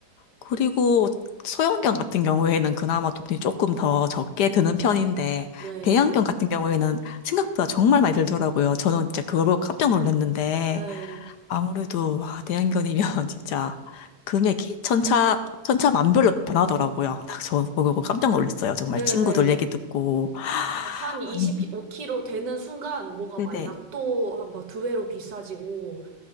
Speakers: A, on the left; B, on the right.
A: 그리고 소형견 같은 경우에는 그나마 돈이 조금 더 적게 드는 편인데,
B: 네.
A: 대형견 같은 경우에는 생각보다 정말 많이 들더라고요. 저는 진짜 그걸 보고 깜짝 놀랐는데,
B: 네.
A: 아무래도, 와, 대형견이면 <laughs> 진짜 금액이 천차, 천차만별로 변하더라고요. <laughs> 저 보고 깜짝 놀랐어요. 정말
B: 네네.
A: 친구들 얘기 듣고. <gasps> <sighs>
B: 한 25kg
A: 아니,
B: 되는 순간 뭐가
A: 네네.
B: 막 약도 한 막 두 배로 비싸지고